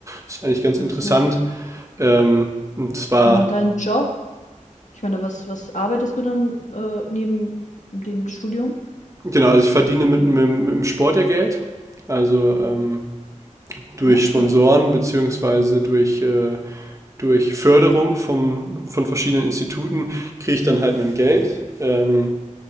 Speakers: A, on the right; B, on the left.
A: Ist eigentlich ganz
B: Ach
A: interessant.
B: so.
A: Ähm, und zwar,
B: Und dein Job? Ich meine, was, was arbeitest du dann äh, neben dem Studium?
A: genau, also ich verdiene mit, mit, mit dem Sport ja Geld. Also ähm, durch
B: Ah.
A: Sponsoren beziehungsweise durch, äh, durch Förderung vom, von verschiedenen Instituten kriege ich dann halt mein Geld. Ähm,